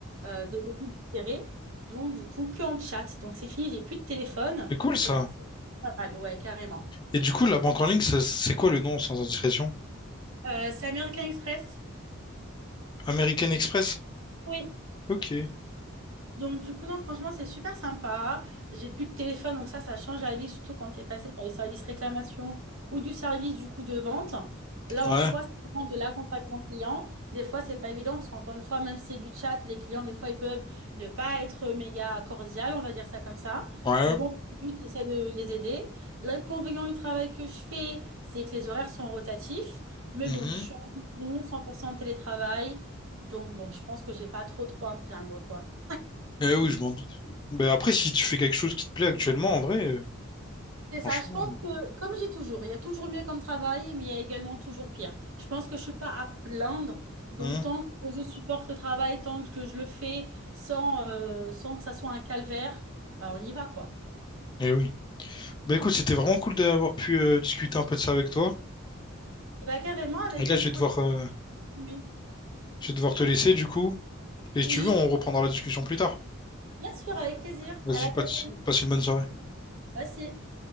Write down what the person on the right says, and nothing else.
euh, de débit différé. Donc, du coup, que en chat. Donc, c'est fini, j'ai plus de téléphone.
Et ça, c'est pas mal. Ouais, carrément.
Euh, c'est American Express?
Oui.
Donc, du coup, non, franchement, c'est super sympa. J'ai plus de téléphone, donc ça, ça change la vie, surtout quand tu es passé par le service réclamation ou du service, du coup, de vente. Là,
en soi, c'est vraiment de l'accompagnement client. Des fois, c'est pas évident parce qu'encore une fois, même si c'est du chat, les clients, des fois, ils peuvent ne pas être méga cordial, on va dire ça comme ça.
Mais bon, lui, tu essaies de les aider. L'inconvénient du travail que je fais, c'est que les horaires sont rotatifs. Mais
bon, je suis en maison, 100% en télétravail. Donc, bon, je pense que j'ai pas trop, trop à me plaindre, quoi.
C'est
ça, je pense que, comme j'ai toujours, il y a toujours mieux comme travail, mais il y a également toujours pire. Je pense que je suis pas à plaindre, donc
tant que je supporte le travail, tant que je le fais sans, euh, sans que ça soit un calvaire, bah, on y va, quoi.
Bah, carrément avec
une
prochaine.
nuit.
Oui,
bien sûr, avec plaisir.
À la
prochaine.
Merci.